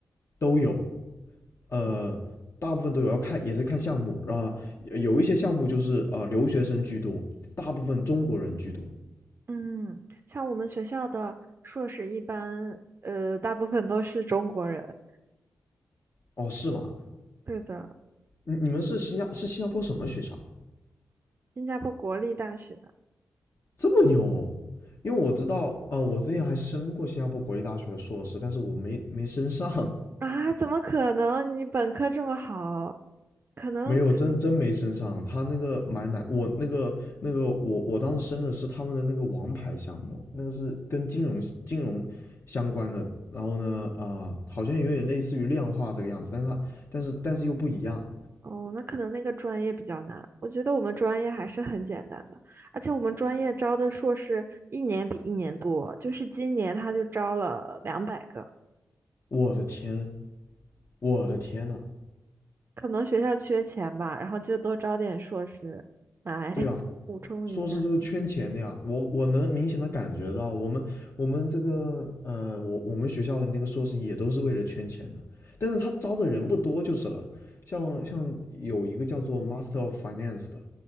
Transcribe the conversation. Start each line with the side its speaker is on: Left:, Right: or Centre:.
Left: 都有，呃，
Right: 哦
Left: 大部分都有，要看也是看项目啊，有一些项目就是啊留学生居多，大部分中国人居多。
Right: 嗯，像我们学校的硕士一般，呃，大部分都是中国人。
Left: 哦，是吗？
Right: 对的，
Left: 你你们是新加是新加坡什么学校啊
Right: 新加坡国立大学
Left: 这么牛？因为我知道，呃，我之前还申过新加坡国立大学的硕士，但是我没没申上，
Right: 啊，怎么可能？你本科这么好，
Left: <laughs>
Right: 可能
Left: 没有真真没申上。他那个买难，我那个那个我我当时申的是他们的那个王牌项目，那个是跟金融金融相关的。然后呢，啊、好像有点类似于量化这个样子，但是它但是但是又不一样。
Right: 哦，那可能那个专业比较难。我觉得我们专业还是很简单的，而且我们专业招的硕士一年比一年多，就是今年他就招了两百个，
Left: 我的天，我的天呐！
Right: 可能学校缺钱吧，然后就多招点硕士来
Left: 对啊，
Right: <laughs> 补充一下。
Left: 硕士就是圈钱的呀，我我能明显的感觉到，我们我们这个呃，我我们学校的那个硕士也都是为了圈钱的，但是他招的人不多就是了。像像有一个叫做 Master of Finance 的，